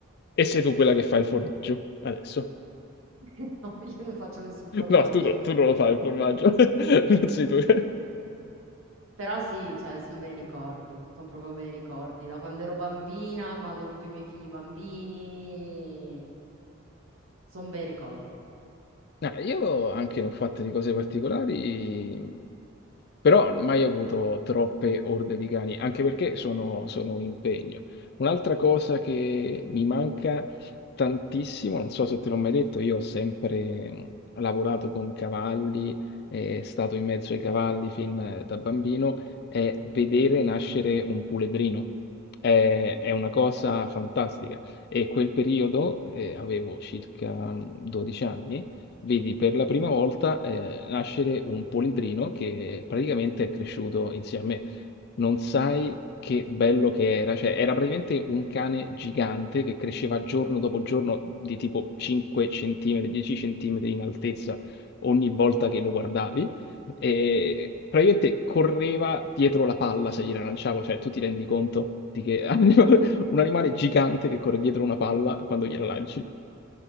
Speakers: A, on the left; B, on the right.
A: E sei tu quella che fa il formaggio, adesso?
B: <laughs> No, io non faccio nessun formaggio.
A: No, tu, no- tu non lo fai il formaggio, <laughs> non sei tu. <laughs>
B: Però sì, cioè, sono bei ricordi, sono proprio bei ricordi. Da quando ero bambina, quando ho avuto i miei figli bambini, sono bei ricordi.
A: No, io anche ne ho fatte di cose particolari. Però mai avuto troppe orde di cani, anche perché sono, sono un impegno. Un'altra cosa che mi manca tantissimo, non so se te l'ho mai detto, io ho sempre mh, lavorato con cavalli, eh, stato in mezzo ai cavalli fin eh, da bambino, è vedere nascere un puledrino. È,
B: Mm,
A: è una cosa fantastica. E quel periodo, eh, avevo circa mh, 12 anni vedi per la prima volta eh, nascere un polidrino che praticamente è cresciuto insieme a me. Non sai che bello che era, cioè era praticamente un cane gigante che cresceva giorno dopo giorno di tipo 5 centimetri, 10 centimetri in altezza ogni volta che lo guardavi e praticamente correva dietro la palla se gliela lanciavo, cioè tu ti rendi conto di che <laughs> animale- un animale gigante che corre dietro una palla quando gliela lanci